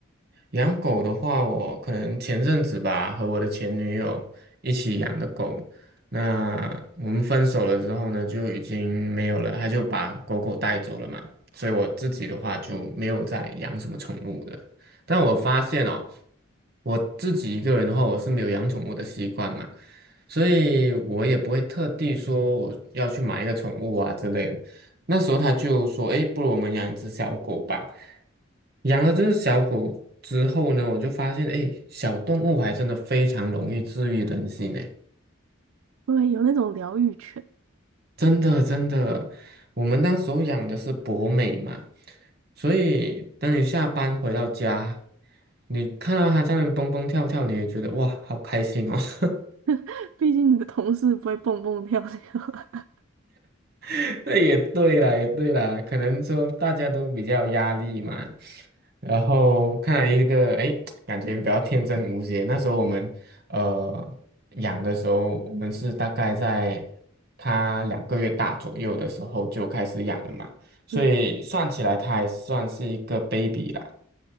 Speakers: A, on the right (about 45°); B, on the right (about 75°).
A: 养狗的话，我可能前阵子吧，和我的前女友一起养的狗。那我们分手了之后呢，就已经没有了，他就把狗狗带走了嘛。所以我自己的话就没有再养什么宠物的。但我发现哦，我自己一个人的话，我是没有养宠物的习惯嘛，所以我也不会特地说我要去买一个宠物啊之类的。那时候他就说：“哎，不如我们养一只小狗吧。”养了这只小狗之后呢，我就发现，哎，小动物还真的非常容易治愈人心呢。
B: 对，有那种疗愈犬，
A: 真的，真的，我们当时候养的是博美嘛，所以当你下班回到家，你看到它在那边蹦蹦跳跳，你也觉得哇，好开心哦。<laughs>
B: <laughs> 毕竟你的同事不会蹦蹦跳跳。<laughs>
A: <laughs> 那也对啦，也对啦，可能说大家都比较有压力嘛，然后看来一个，哎，诶感觉比较天真无邪。那时候我们呃养的时候，我们是大概在它两个月大左右的时候就开始养了嘛，所以算起来它还算是一个
B: 嗯，
A: baby 啦，